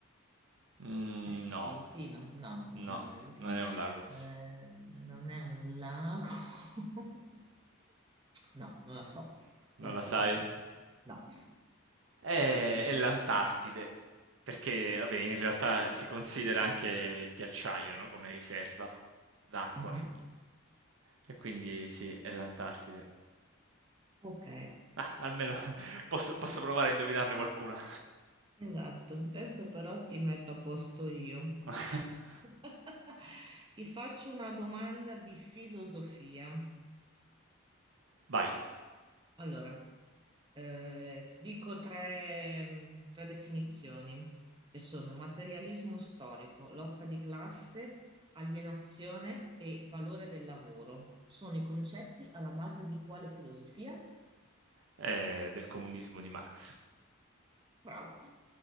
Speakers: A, on the right; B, on the right.
A: Mm,
B: Eh,
A: no,
B: aiutino? No,
A: no,
B: non è un aiutino.
A: non è un lago.
B: Eh, non è un lago. <laughs> No, non la so. Questa
A: Non la sai?
B: non la so. No.
A: È, è l'Antartide, perché vabbè, in realtà si considera anche il ghiacciaio, no, come riserva d'acqua.
B: Mhm.
A: E quindi sì, è l'Antartide.
B: Ok,
A: Ah, almeno <laughs> posso, posso provare a indovinarne qualcuna.
B: esatto. Adesso però ti metto a posto io.
A: <laughs>
B: <laughs> Ti faccio una domanda di filosofia.
A: Vai.
B: Allora, eh, ti dico tre, mh, tre definizioni, che sono materialismo storico, lotta di classe, alienazione e valore del lavoro. Sono i concetti alla base di quale filosofia?
A: eh, del comunismo di Marx.
B: Bravo.